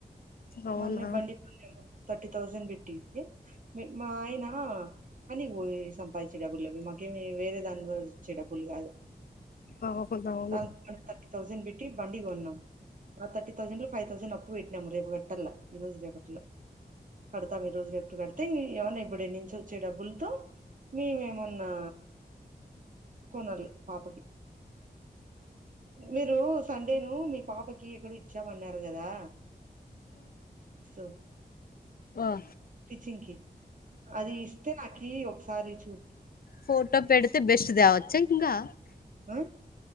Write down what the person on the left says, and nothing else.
అవునా
అవునవును
ఓ
ఫోటో పెడితే బెస్ట్ త్యవచ్చా ఇంగా